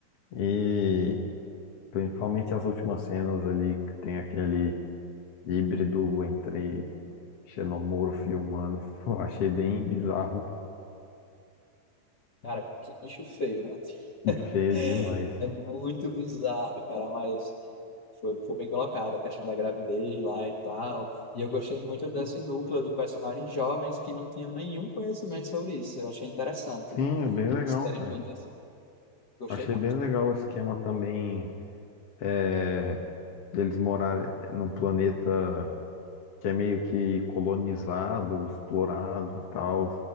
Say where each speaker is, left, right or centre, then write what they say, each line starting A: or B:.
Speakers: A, on the left; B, on the left.
A: E principalmente as últimas cenas ali, que tem aquele híbrido entre Xenomorfo e humano. <laughs> Pô, achei bem bizarro.
B: Cara, que bicho feio, né?
A: <laughs>
B: <laughs>
A: Feio demais.
B: É muito bizarro, cara, mas foi, foi bem colocado a questão da gravidez lá e tal. E eu gostei muito desse núcleo de personagens jovens que não tinham nenhum conhecimento sobre isso. Eu achei interessante.
A: Sim, é bem
B: Eles
A: legal,
B: terem
A: cara.
B: feito assim. Gostei
A: Achei
B: muito.
A: bem legal o esquema também é, deles morarem num planeta que é meio que colonizado, explorado, tal,